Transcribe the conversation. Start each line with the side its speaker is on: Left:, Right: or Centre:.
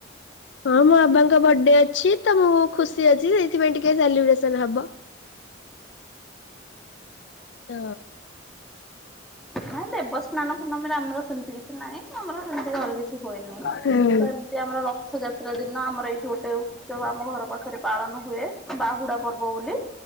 Left: ହଁ ମୋ ବାବାଙ୍କ ବାର୍ଥଡେ ଅଛିତ ମୁଁ ଖୁସି ଅଛି ସେଇଥିପାଇଁ ଟିକେ ସେଲିବ୍ରେସନ ହବ। ତ।
Centre: ନାଇଁଦେବସ୍ନାନ ପୂର୍ଣମୀ ରେ ଆମର ସେମିତି କିଛି ନାହିଁ ଆମର ସେମିତି ଘର କିଛି ହୁଏନିଁ
Left: ହଁ
Centre: ତଏ ମି ଏଠି ଆମର ରଥଯାତ୍ରା ଦିନଆମର ଏଇଠି ଗୋଟେ ଉତ୍ସବ ଆମ ଘର ପାଖରେ ପାଳନ ହୁଏ। ବାହୁଡା ପର୍ବ ବୋଲି,